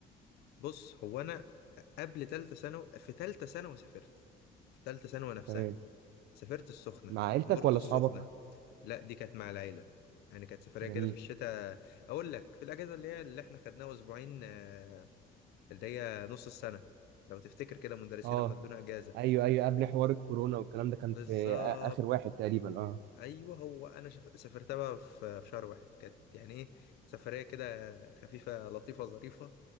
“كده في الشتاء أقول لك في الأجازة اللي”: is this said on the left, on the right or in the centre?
Left